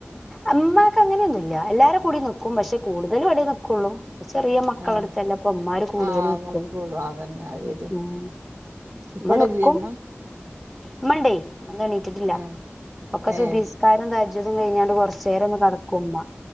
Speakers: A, in the centre; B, on the right.
A: അ മ്മാക്ക് അങ്ങനെയൊന്നുല്ല എല്ലാരെ കൂടി നിക്കും പക്ഷെ കൂടുതലും ഇവിടെേ നിക്കുള്ളൂ ചെറിയ മക്കളടുത്തല്ലേപ്പൊ
B: ആഹ്
A: മ്മാര് കൂടുതല്
B: ആഹ്
A: നിക്കൂ
B: നോക്കുള്ളൂ അതന്നെ അത് ശരിയാ
A: ഉം
B: ഇപ്പടല്ലേ
A: ഉമ്മ നിക്കും
B: ഇമ്മ
A: ഇമ്മാണ്ടേ ഉമ്മതെണി റ്റിട്ടില്ല
B: ഏഹ്
A: ഒക്കെ
B: ഏഹ്
A: സുബ്ഹിസ്കാരം തഹജ്ജുദും കഴിഞ്ഞാണ്ട് കൊറച്ചേരൊന്ന് കടക്കും ഉമ്മ